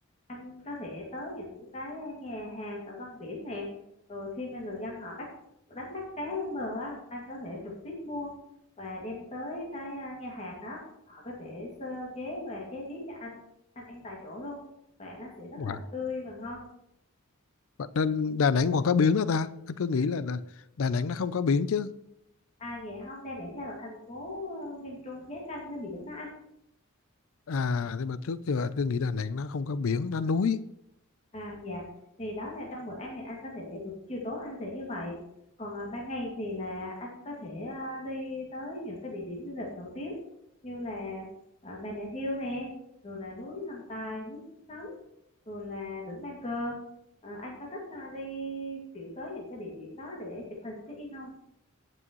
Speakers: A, on the left; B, on the left.
A: anh có thể tới những cái nhà hàng ở văn biển nè rồi khi mà người dân họ bắt đánh bắt cá lên bờ á anh có thể trực tiếp mua và đem tới cái ờ, nhà hàng đó họ có thể sơ chế và chế biến cho anh anh ăn tại chỗ luôn và nó sẽ rất
B: Wow.
A: là tươi và ngon
B: Và Nên Đà Nẵng còn có biển đó ta anh cứ nghĩ là, là Đà Nẵng nó không có biển chứ
A: à dạ không Đà Nẵng là một thành phố ờ, miền Trung giáp ranh với biển đó anh
B: à nhưng mà trước giờ anh cứ nghĩ Đà Nẵng nó không có biển nó núi
A: À dạ thì đó là trong bữa ăn thì anh có thể buổi chiều tối anh có thể như vậy còn à, ban ngày thì là anh có thể à, đi tới những cái địa điểm du lịch nổi tiếng như là à, Bà Nà Hills nè rồi là núi Thần Tài núi Phúc Nóng rồi là đỉnh Ban Cờ à, anh có thích à, đi kiểu tới những cái địa điểm đó để chụp hình check in không